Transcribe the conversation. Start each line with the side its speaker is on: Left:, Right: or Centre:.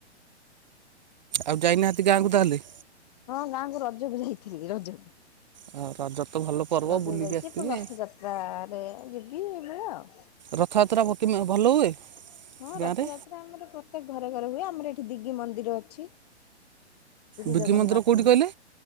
Right: ଆଉ ଯାଇନାହାନ୍ତି ଗାଁକୁ ତାହେଲେ?
Left: ହଁ ଗାଁକୁ ରଜକୁ ଯାଇଥିଲି ରଜକୁ।
Right: ଆଉ ରଜ ତ ଭଲ ପର୍ବ
Left: ଗଜକୁ
Right: ବୁଲିକି
Left: ଯାଇଚି,
Right: ଆସିଥିବେ
Left: ପୁଣି ରଥଯାତ୍ରରେ ଯିବି ଏଇଭଳିଆ ଆଉ।
Right: ରଥଯାତ୍ରା ଭ-କିମି ଭଲ ହୁଏ?
Left: ହଁ ରଥଯାତ୍ରା
Right: ଗାଁରେ
Left: ଆମର ପ୍ରତ୍ୟେକ ଘରେ ଘରେ ହୁଏ। ଆମର ଏଠି ଦିଗି ମନ୍ଦିର ଅଛି। ଦିଗି
Right: ବିକି
Left: ଜଗନ୍ନାଥ
Right: ମନ୍ଦିର କୋଉଠି
Left: ମନ୍ଦି,
Right: କହିଲେ